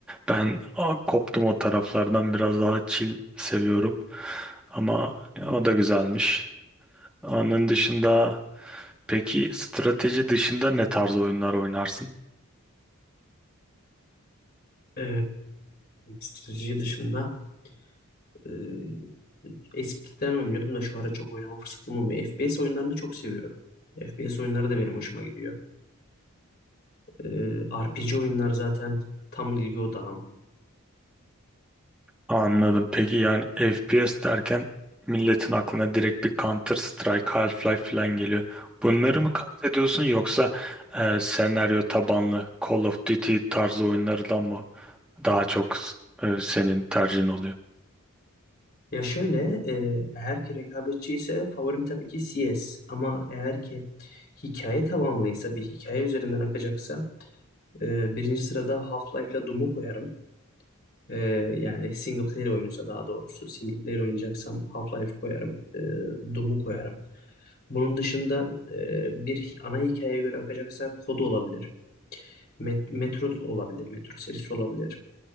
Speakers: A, in the centre; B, on the left.
A: Ben a, koptum o taraflardan biraz daha chill seviyorum. Ama o da güzelmiş. Onun dışında Peki strateji dışında ne tarz oyunlar oynarsın?
B: E, strateji dışında e, eskiden oynuyordum da şu ara çok oynama fırsatım olmuyor. FPS oyunlarını çok seviyorum. FPS oyunları da benim hoşuma gidiyor. E, RPG oyunlar zaten tam ilgi odağım.
A: Anladım. Peki yani FPS derken milletin aklına direkt bir Counter Strike, Half-Life falan geliyor. Bunları mı kastediyorsun yoksa e, senaryo tabanlı Call of Duty tarzı oyunlardan mı daha çok e, senin tercihin oluyor?
B: Ya şöyle, e, eğer ki rekabetçi ise favorim tabii ki CS. Ama eğer ki hikaye tabanlıysa, bir hikaye üzerinden akacaksa, e, birinci sırada Half-Life'la Doom'u koyarım. E, yani single player oyunsa daha doğrusu. Single player oynayacaksam Half-Life koyarım. E, Doom'u koyarım. Bunun dışında e, bir hi- ana hikayeye göre akacaksa Kod olabilir. Met- Metro olabilir. Metro serisi olabilir.